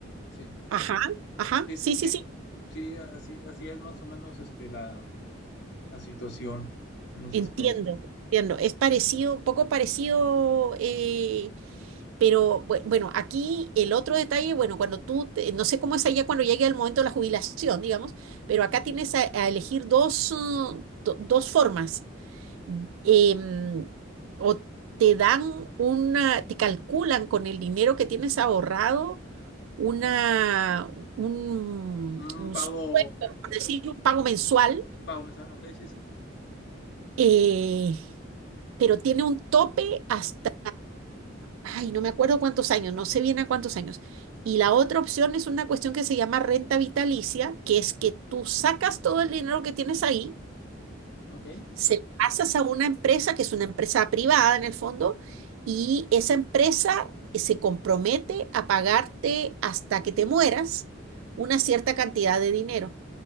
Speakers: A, on the left; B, on the right.
A: Sí,
B: ajá, ajá,
A: sí,
B: sí,
A: sí,
B: sí, sí,
A: sí, así, así es más o menos este, la, la situación en ese
B: entiendo,
A: aspecto.
B: entiendo. Es parecido, un poco parecido, eh, pero bue- bueno, aquí el otro detalle, bueno, cuando tú, te- no sé cómo es allá cuando llegue el momento de la jubilación, digamos, pero acá tienes a, a elegir dos, uh, do- dos formas. Em, o te dan una, te calculan con el dinero que tienes ahorrado una, un,
A: Un
B: un
A: pago,
B: sueldo, por decir, un pago mensual,
A: un pago mensual, ok, sí, sí,
B: eh, pero tiene un tope hasta, ay, no me acuerdo cuántos años, no sé bien a cuántos años. Y la otra opción es una cuestión que se llama renta vitalicia, que es que tú sacas todo el dinero que tienes ahí
A: ok.
B: se lo pasas a una empresa que es una empresa privada en el fondo, y esa empresa eh, se compromete a pagarte hasta que te mueras una cierta cantidad de dinero.